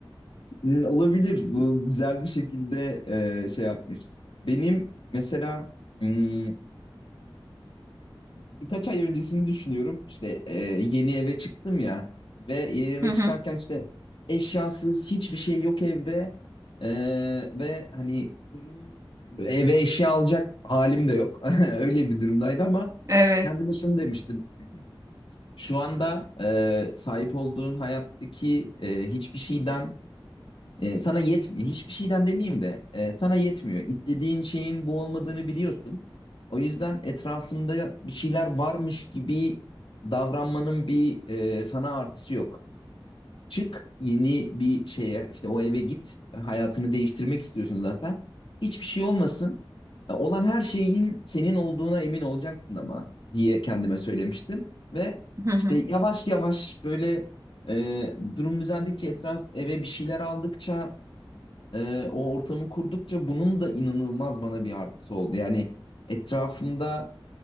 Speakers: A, on the left (about 70°); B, on the right (about 35°).
A: Hmm, Olabilir. Bu güzel bir şekilde e, şey yapmış. Benim mesela hmm, birkaç ay öncesini düşünüyorum. İşte e, yeni eve çıktım ya ve yeni eve
B: Hı hı.
A: çıkarken işte eşyasız hiçbir şey yok evde E, ve hani durum eve eşya alacak halim de yok. <laughs> Öyle bir durumdaydı ama
B: Evet.
A: kendime şunu demiştim. Şu anda e, sahip olduğun hayattaki e, hiçbir şeyden e, sana yetmiyor. Hiçbir şeyden demeyeyim de e, sana yetmiyor. İstediğin şeyin bu olmadığını biliyorsun. O yüzden etrafında bir şeyler varmış gibi davranmanın bir e, sana artısı yok. Çık yeni bir şeye işte o eve git hayatını değiştirmek istiyorsun zaten. Hiçbir şey olmasın. E, Olan her şeyin senin olduğuna emin olacaksın ama diye kendime söylemiştim. Ve
B: Hı hı.
A: işte yavaş yavaş böyle e, durum düzeldikçe etraf eve bir şeyler aldıkça e, o ortamı kurdukça bunun da inanılmaz bana bir artısı oldu. Yani etrafımda